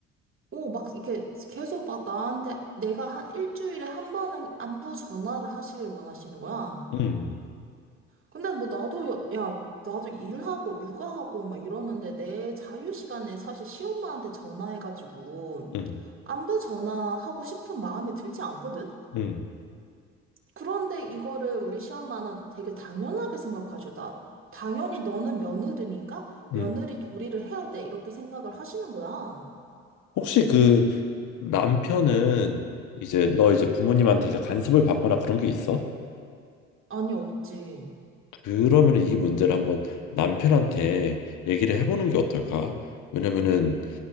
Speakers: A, on the right; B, on the left.
A: 오, 막 이렇게 계속 막 나한테 내가 한 일주일에 한 번은 안부 전화를 하시길 원하시는 거야.
B: 음,
A: 근데 뭐 나도 야, 야, 나도 일하고 육아하고 막 이러는데 내 자유 시간에 사실 시엄마한테 전화해가지고
B: 음,
A: 안부 전화하고 싶은 마음이 들지 않거든?
B: 음,
A: 그런데 이거를 우리 시엄마는 되게 당연하게 생각하셔. 나 당연히 너는 며느리니까 며느리
B: 음.
A: 도리를 해야 돼. 이렇게 생각을 하시는 거야.
B: 혹시 그 남편은 이제 너 이제 부모님한테 이제 간섭을 받거나 그런 게 있어?
A: 아니, 없지.
B: 그러면 이 문제를 한번 남편한테 얘기를 해보는 게 어떨까? 왜냐면은